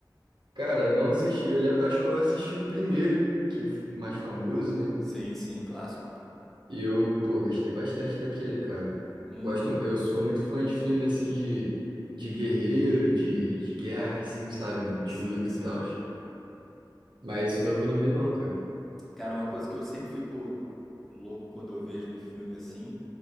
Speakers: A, on the right (about 80°); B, in the centre.
A: Cara, não assisti. Eu le- acho que eu assisti o primeiro, que f- mais famoso, né?
B: Sim, sim, clássico, pô.
A: E eu, pô, gostei bastante daquele, cara.
B: Uhum,
A: Gosto, eu sou muito fã de filme assim de, de guerreiros, de, de guerra, assim, sabe? De
B: sim,
A: luta
B: sim.
A: e tal. Mas esse novo eu não vi, não, cara.
B: Cara, uma coisa que eu sempre fico louco quando eu vejo em filme assim